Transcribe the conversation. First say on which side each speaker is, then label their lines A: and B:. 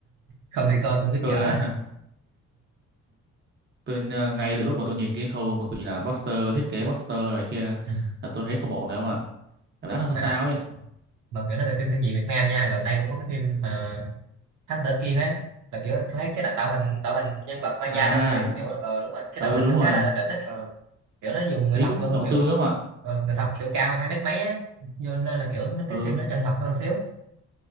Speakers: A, on the right; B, on the right.
A: không đi coi cũng biết
B: tôi
A: dở
B: ờ, tôi ờ, ngay từ lúc mà tôi nhìn cái khâu mà gọi là poster thiết kế poster này kia
A: Ừ.
B: là tôi thấy không ổn đâu mà cảm giác nó
A: mà
B: sao ấy
A: mà kiểu nói về phim kinh dị Việt Nam nha gần đây cũng có cái phim mà Thám Tử Kiên á là kiểu tôi thấy cái tạo tạo hình tạo hình nhân vật Maya
B: à
A: trong truyện kiểu ờ đúng rồi cái
B: ừ
A: tạo hình
B: đúng
A: nó
B: rồi
A: khá là đỉnh á ờ, kiểu nó dùng người
B: thấy
A: thật
B: cũng
A: luôn
B: đầu
A: kiểu
B: tư lắm mà
A: ờ, người thật kiểu cao hai mét mấy á do nên là kiểu nó
B: ừ
A: cái phim nó chân thật hơn xíu